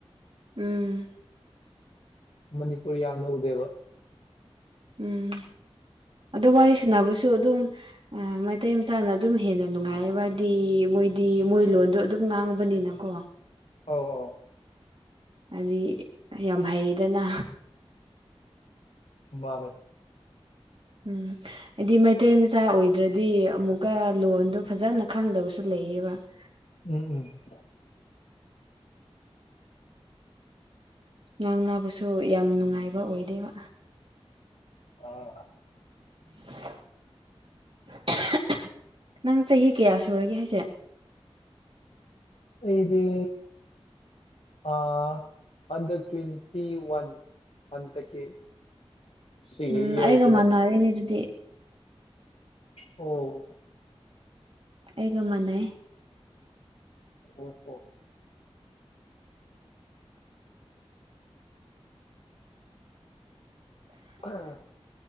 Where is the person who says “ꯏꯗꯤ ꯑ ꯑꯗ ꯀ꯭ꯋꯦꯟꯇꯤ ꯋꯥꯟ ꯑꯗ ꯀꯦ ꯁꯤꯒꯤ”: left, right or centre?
Left